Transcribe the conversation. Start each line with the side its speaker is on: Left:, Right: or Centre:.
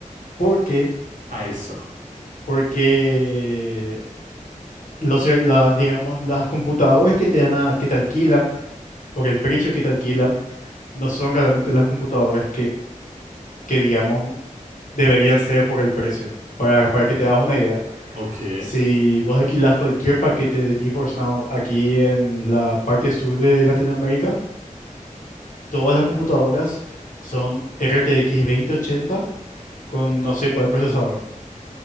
Left: ¿Por qué?
Right: A eso.
Left: Porque los, ser- la- digamos, las computadoras que te dan a- que te alquilan, por el precio que te alquilan, no son realmente las computadoras que digamos deberían ser por el precio. Para, para que te hagas una idea,
Right: Ok,
Left: si vos alquilás cualquier paquete de GeForce Now aquí en la parte sur de Latinoamérica, todas las computadoras son RTX 2080 con no sé cuál procesador.